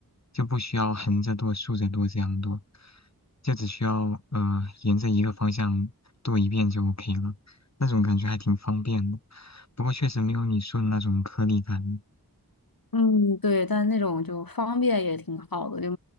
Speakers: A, on the left; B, on the left.
A: 就不需要横着剁、竖着剁这样剁，就只需要呃沿着一个方向剁一遍就 OK 了，那种感觉还挺方便的。不过确实没有你说的那种颗粒感。
B: 嗯，对，但那种就方便也挺好的，就